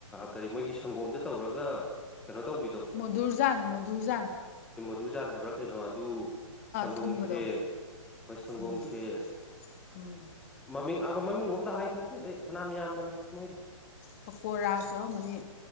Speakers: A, in the centre; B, on the left.
A: ꯀꯔꯤ ꯃꯣꯏꯒꯤ ꯁꯪꯒꯣꯝꯗ ꯇꯧꯔꯒ ꯀꯩꯅꯣ ꯇꯧꯕꯤꯗꯣ
B: ꯃꯙꯨꯔꯖꯥꯟ ꯃꯙꯨꯔꯖꯥꯟ
A: <unintelligible> ꯖꯥꯟ ꯍꯥꯏꯕ꯭ꯔꯥ ꯀꯩꯅꯣ ꯑꯗꯨ ꯁꯪꯒꯣꯝ
B: ꯊꯨꯝꯕꯗꯣ
A: ꯈꯦꯔ ꯍꯣꯏ ꯁꯪꯒꯣꯝ
B: ꯎꯝ
A: ꯈꯦꯔ
B: ꯎꯝ
A: ꯃꯃꯤꯡ <unintelligible> ꯃꯃꯤꯡ ꯑꯝꯇ ꯍꯥꯏꯊꯣꯛꯇꯦꯗ ꯑꯩ ꯐꯅꯌꯥꯝ ꯌꯥꯝꯕꯅꯤ ꯃꯣꯏꯗꯣ
B: ꯄꯀꯣꯔꯥꯁꯨ ꯌꯥꯎꯔꯝꯃꯅꯤ